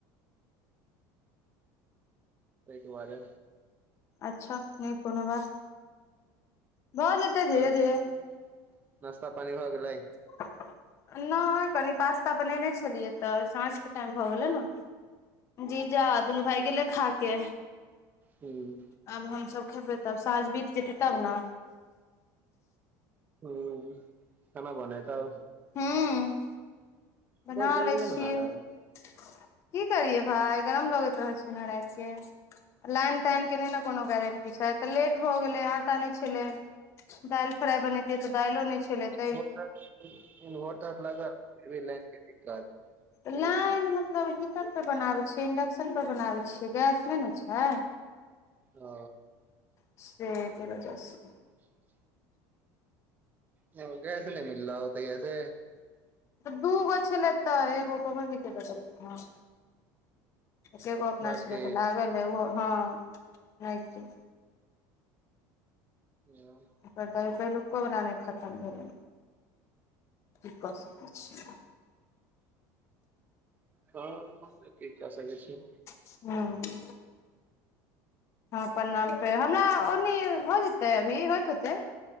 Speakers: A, on the right; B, on the left.
A: तैय दुआरे।
B: अच्छा नैय कोनो बात। भऽ जेतै धीरे
A: तब
B: धीरे
A: नास्ता पानी भऽ गेलैं।
B: <unintelligible> नैय कनि पास्ता बनेने छलियै तऽ साँझके टाइम भऽ गेलै न। जीजा आ दुनू भाइ गेलै खा के।
A: हूँ।
B: आब हमसभ खेबैय तब आब साॅंझ बीत जेतै तब ना।
A: हूं खाना बनेतौव।
B: हूँ बना
A: बहुत जल्दी
B: लैय
A: ने
B: छियै।
A: बना ले
B: की करियै भाय गरम लगैत रहै छैय ने रातिके। लाइन ताइन के नहि ने कोनो गारंटी छै तऽ लेट भऽ गेलै आटा नहि छलै। दालि फ्राइ बनेतीयै तऽ दाइलो नैय छलैय।
A: मोटर इन्वोटर लगल फिर भी लाइन‌ के दिक्कत।
B: लाइन मतलब हीटर पर बनाबैय छियै इंडक्शन पर बनाबैय छियै गैस नैय ने छै।
A: ओ
B: से के वजहस।
A: <inaudible> कियै ऊ गैस नहि मिललौ तहिया से?
B: दूगो छेलै त एगो कोमल दीदी के दऽ देलकैय ना। एकेगो अपना
A: भरती
B: छलैय तऽ लागल है ओहो हाॅं राति के।
A: <unintelligible>
B: ओकर तऽ अभी पहिलुको वाला नहि खत्म भेलै की कऽ सकै। छै
A: हॅं त की क सकय छी।
B: हूँ हम अपने नाम पे हमरा ओनी भऽ जेतै अभी होइत होतैय।